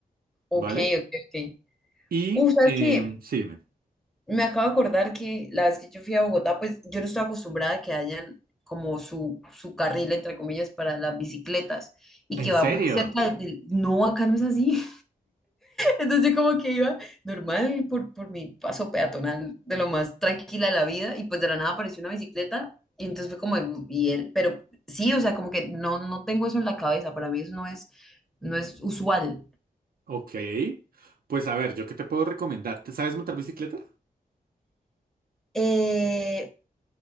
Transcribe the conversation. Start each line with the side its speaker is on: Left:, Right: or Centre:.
Centre: ok,
Right: ¿Vale?
Centre: ok, ok.
Right: Y,
Centre: Uh, ¿sabes
Right: em,
Centre: qué?
Right: sí, dime.
Centre: Me acabo de acordar que la vez que yo fui a Bogotá, pues yo no estoy acostumbrada a que hayan como su, su carril, entre comillas, para las bicicletas y
Right: ¿En
Centre: que
Right: serio?
Centre: va muy cerca de... No, acá no es así. Entonces yo como que iba normal por, por mi paso peatonal de lo más tranquila de la vida y pues de la nada apareció una bicicleta y entonces fue como, "Mm, y él, pero sí, o sea, como que no, no tengo eso en la cabeza, para mí eso no es, no es usual.
Right: Ok. Pues a ver, ¿yo qué te puedo recomendar? ¿Te sabes montar bicicleta?
Centre: Eh,